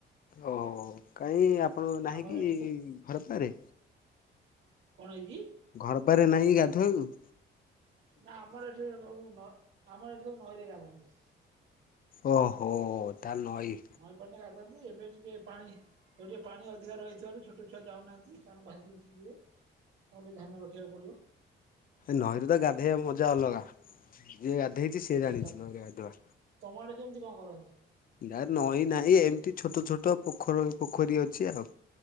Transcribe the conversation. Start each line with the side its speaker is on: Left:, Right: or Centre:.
Left: ଓ ହୋ କାହିଁ ଆପଣର ନାହିଁ
Right: ଆମର
Left: କି
Right: ଏଠି ସ
Left: ଘର ପାଖରେ।
Right: କଣ ହେଇଛି?
Left: ଘର ପାଖରେ ନାହିଁକି ଗାଧେଇବାକୁ?
Right: ନା ଆମର ଏଠି ସବୁ ନ ଆମର ଏଠି ସବୁ ନଈରେ ଗାଧାନ୍ତି।
Left: ଓହୋ ତା ନଇ
Right: ନଈ ପାଣି ଗାଧାନ୍ତି ଏବେ ଟିକେ ପାଣି ଏଠିକେ ପାଣି ଅଧିକା ରହିଥିବାରୁ ଛୋଟ ଛୁଆ ଯାଉନାହାନ୍ତି କାରଣ ଭାସି ଭୁସି ଯିବେ। ଆଉ ଟିକେଏ ଧ୍ୟାନ ରଖିବାକୁ ପଡିବ।
Left: ନଈରୁ ତ ଗାଧୋଇବା ମଜା ଅଲଗା ଯିଏ ଗାଧେଇଚି ସିଏ
Right: ଆଚ୍ଛା
Left: ଜାଣିଚି
Right: ତ
Left: ନଈରେ ଗାଧୁଆ।
Right: ତମ ଆଡେ କେମିତି କଣ କରନ୍ତି?
Left: ନା ନଈଁ ନାହିଁ ଏମିତି ଛୋଟ ଛୋଟ ପୋଖରୀ ପୋଖରୀ ଅଛି ଆଉ।